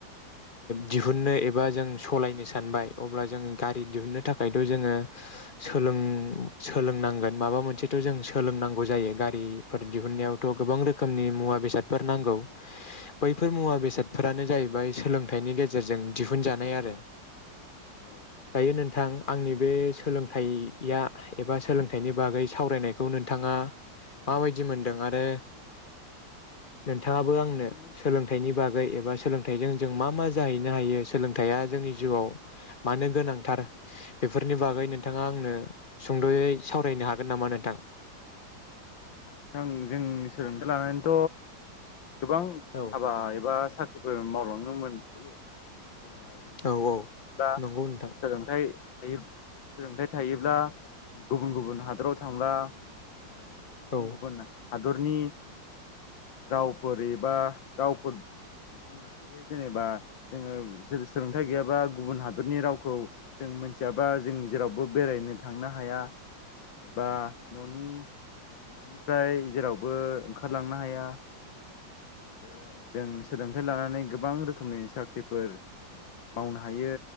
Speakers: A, on the left (about 40°); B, on the left (about 85°).
A: दिहुननो एबा जों सालायनो सानबाय अब्ला जों गारि दिहुननो थाखायथ' जोङो सोलों सोलोंनांगोन माबा मोनसेथ' जों सोलोंनांगौ जायो गारिफोर दिहुननायावथ' गोबां रोखोमनि मुवा बेसादफोर नांगौ। बैफोर
B: औ
A: मुवा बेसादफोरानो जाहैबाय सोलोंथाइनि गेजेरजों दिहुनजानाय आरो
B: नोंथां
A: दायो नोंथां आंनि बे सोलोंथाइया एबा सोलोंथाइनि बागै सावरायनायखौ नोंथाङा माबायदि मोनदों आरो नोंथाङाबो आंनो
B: नोंथांनि
A: सोलोंथाइनि बागै एबा सोलोंथाइजों जों मा मा जाहैनो हायो सोलोंथाइया जोंनि जिउआव मानो गोनांथार बेफोरनि बागै नोंथाङा आंनो सुंद'यै सावरायनो हागोन नामा नोंथां।
B: नोंथां जों सोलोंथाइ लानानैथ' गोबां
A: औ
B: हाबा एबा साख्रिफोर मावलांनोमोन थायो। जेनेबा जों
A: औ
B: बुंनो थाङोब्ला
A: नंगौ नोंथां
B: सोलोंथाइ यो सोलोंथाइ थायोब्ला गुबुन गुबुन हादराव थांबा माने गुबुन
A: औ
B: गुबुना हादरनि रावफोर एबा रावफोर बुंनो हायो जेनेबा जोङो सोलोंथाइ गैयाबा गुबुन हादरनि रावखौ जों मोनथियाबा जों जेरावबो बेरायनो थांनो हाया। एबा न'नि न'निफ्राय जेरावबो ओंखारलांनो हाया। आरो जों सोलोंथाइ लानानै गोबां रोखोमनि साख्रिफोर मावनो हायो।